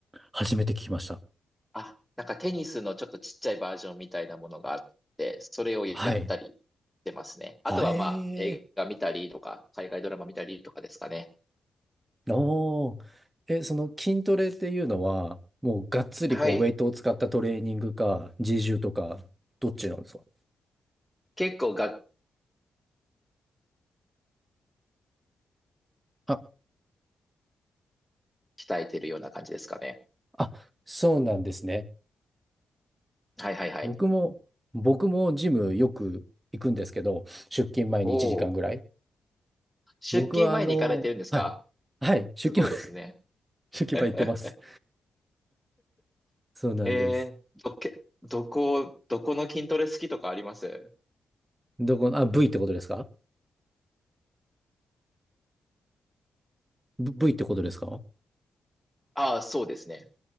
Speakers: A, on the right (about 20°); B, in the centre.
A: 初めて聞きました。
B: あ、なんかテニスのちょっとちっちゃいバージョンみたいなものがあって、それをやったりしてますね。
A: はい。
B: あとはまあ、
A: はえ
B: 映画見たりとか、海外ドラマ見たりとかですかね。
A: ー。おー。え、その筋トレっていうのは、もうがっつりこうウェイトを使ったトレーニングか、
B: はい。
A: 自重とか、どっちなんですか
B: 結構がっ
A: あ、
B: 鍛えてるような感じですかね。
A: あ、そうなんですね。
B: はいはいはい。
A: 僕も、僕もジムよく行くんですけど、出勤前に1時間ぐらい。
B: おお、出勤前に行かれてるんですか
A: 僕はあの、はい。はい、出勤
B: すごいですね。
A: 焼き場行ってます。
B: <laughs>
A: そうなんです。
B: えー、どけ、どこ、どこの筋トレ好きとかあります
A: どこの、あ、V ってことですか v ってことですか
B: ああー、そうですね。